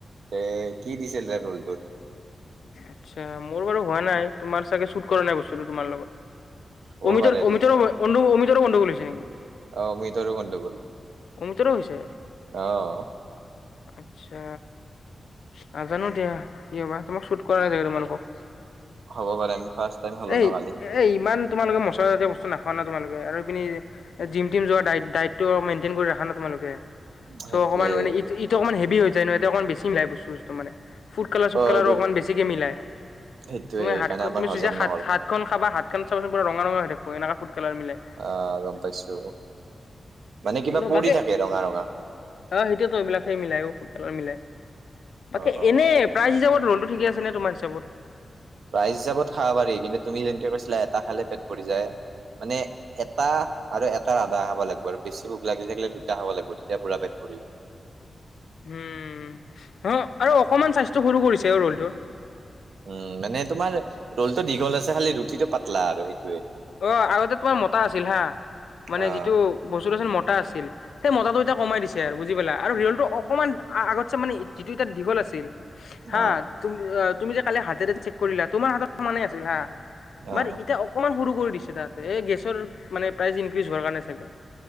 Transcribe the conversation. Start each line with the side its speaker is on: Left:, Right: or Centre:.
Right: তে কি দিছিল তাৰ <unintelligible>
Left: আচ্ছা, মোৰ বাৰু হোৱা নাই তোমাৰ চাগে শুট কৰা নাই বস্তুটো তোমাৰ লগত।
Right: হ'ব
Left: অমিতৰ
Right: পাৰে
Left: অমিতৰ বন্ধু অমিতৰো বন্ধু বুলিছে নেকি?
Right: অহ অমিতৰো গণ্ডগোল
Left: অমিতৰো হৈছে
Right: অহ।
Left: আচ্ছা। নাজানো দিয়া কি হবা তোমাক শুট কৰা নাই চাগে তোমালোকক?
Right: হ'ব পাৰে আমি ফাৰ্ষ্ট টাইম খালো
Left: এ
Right: ন কালি
Left: এ ইমান তোমালোকে ম চৰ ৰাতি বস্তু নাখাও নহয় তোমালোকে আৰু ইপিনে জিম তিম যোৱাৰ দায়ি -দায়িত্ব মেইন চিন কৰি ৰাখা না তোমালোকে,
Right: সেইটোয়ে
Left: চ' অকমান ই ইটো অকমান হেভি যে নো অকণমান বেছি মিলাই বস্তু সস্তো মানে ফুড কালা
Right: অ
Left: কালাৰ
Right: এইবোৰ
Left: অকমান বেছিকে মিলাই,
Right: সেইটোয়ে
Left: তুমি
Right: সেইকাৰণে
Left: হাত খ
Right: আমাৰ
Left: তুমি
Right: হজম
Left: চুই যা হাত
Right: নহল
Left: হাত খন খাবা হাত খন চাবচোন। ৰঙা ৰঙ হৈ থাকিব এনেকা কালাৰ মিলাই
Right: আহ গম পাইছো। মানে কিবা
Left: কোনোবাকে
Right: পৰি থাকে ৰঙা ৰঙা
Left: অ সেইটোৱেতো এইবিলাকে মিলাই ফুটবালৰ মিলাই। বাকে
Right: অ অ
Left: এনে প্ৰাইজ হিচাপত ৰোলটো ঠিকে আছে নে তোমাৰ হিচাপত?
Right: ৰাইজ হিচাপত খাব পাৰি কিন্তু তুমি যেনেকে কৈছিলা এটা খালে পেট ভৰি যায়। মানে এটা আৰু এটা আধা হাব লাগিব আৰু বেছি ভোক লাগিলি থাকিলে দুটা খাব লাগিব তেতিয়া পুৰা পেট ভৰি
Left: উম, অ আৰু অকমান স্বাস্থ্য সৰু কৰিছে। অ ৰ'লটোৰ
Right: উম মানে তোমাৰ ৰলটো দীঘল আছে খালি ৰুটিটো পাতলা আৰু সে
Left: অ, আগতে তোমাৰ মতা আছিল হা। মানে
Right: অ',
Left: যিটো বস্তুটো আছিল মতা আছিল। সেই মতাটো এতিয়া কমাই দিছে আৰু বুজি পালা আৰু ৰীয়েলটো অকমান আগতছে মানে <unintelligible> এতিয়া দীঘল আছিল। হা
Right: অ',
Left: তুম তুমি যে কালি হাতেৰে চেক কৰিলা, তোমাৰ হাতত সমানেই আছিল হা। মান
Right: অ',
Left: এতিয়া অকমান সৰু <unintelligible> দিছে তাতে, এ গেছৰ মানে প্ৰাইচ ইনক্ৰিজ হোৱাৰ কাৰণে চাগে।